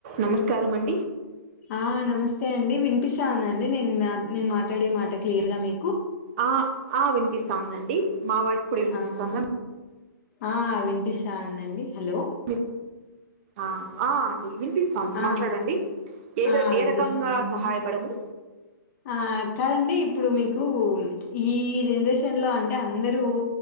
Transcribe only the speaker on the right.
నమస్కారం అం
అ ఆ వినిపిస్తాందండి మా వాయిస్ కూడా వినిపిస్తందా.
ను అ ఆ వినిపిస్తా
మాట్లాడండి ఏవి
ఏ
రకంగా సహాయపడము.